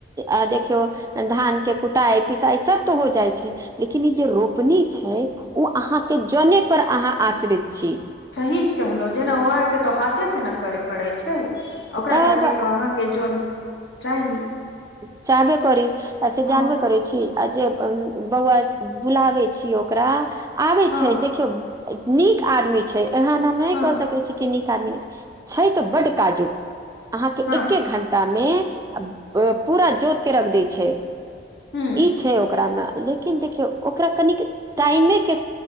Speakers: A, on the right; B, on the left.
A: आ देखियौ धान के कुटाई पिसाई सब तऽ हो जाई छै लेकिन ई जे रोपनी छै ओ अहाँके जने पर अहाँ आश्रित छी
B: सही कहलहु जेना ओ आर के तो हाथे से ने करे पड़े छै ओकरा
A: तब
B: खातिर तो अहाँके जन चाही
A: चाहबे करि आ से
B: हँ
A: जानबे करै छी। आ जे बौआ बुलाबै छीयै ओकरा आबै
B: हँ
A: छै देखियौ नीक आदमी छै एहन हम नहि
B: हँ
A: कऽ सकै छी के नीक आदमी न छै तऽ बड्ड काजुक अहाँके
B: हँ
A: एके घंटामे पूरा जोतके रख दै छै,
B: हूँ
A: ई छै ओकरामे लेकिन देखियौ ओकरा कनिक टाइमेके